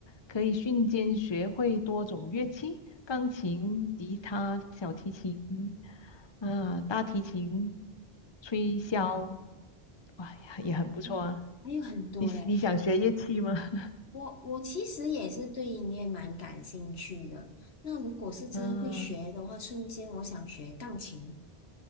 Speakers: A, on the left (about 30°); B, on the left (about 80°).
A: 可以瞬间学会多种乐器，钢琴、吉他、小提琴啊，大提琴、吹箫，哇，呀，也很不错啊。
B: 嗯还有很多嘞。
A: 你你想学乐器吗？<laughs>
B: 我我其实也是对音乐蛮感兴趣的。那如果是真的会学的话，
A: 嗯
B: 瞬间我想学钢琴。